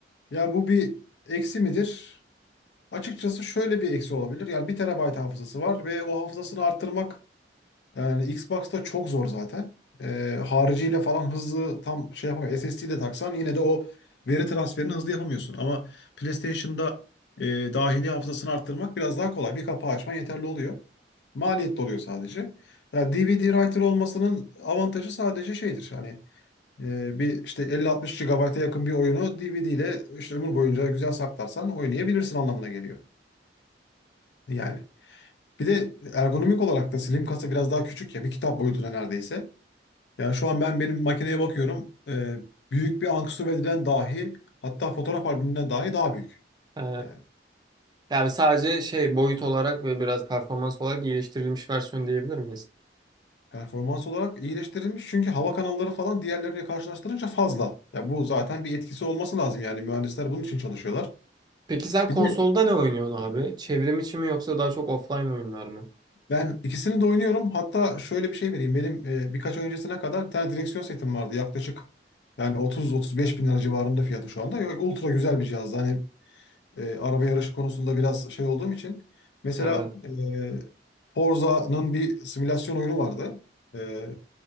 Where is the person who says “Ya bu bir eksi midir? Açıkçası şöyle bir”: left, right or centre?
Left